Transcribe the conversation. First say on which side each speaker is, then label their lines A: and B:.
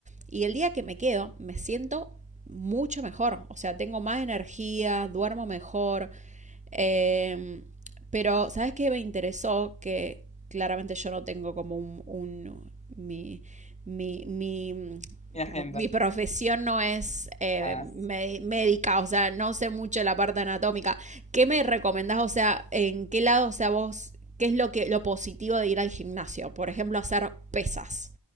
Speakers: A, on the right; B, on the left.
A: Y el día que me quedo, me siento mucho mejor. O sea, tengo más energía, duermo mejor. Eh, pero, ¿sabes qué me interesó? Que claramente yo no tengo como un. un mi, mi, mi
B: Mi agenda.
A: pro- mi profesión no es eh,
B: Ah,
A: me- médica, o sea, no sé mucho de la parte anatómica. ¿Qué me recomendás? O sea, ¿en qué lado, o sea, vos, qué es lo que lo positivo de ir al gimnasio? Por ejemplo, hacer pesas.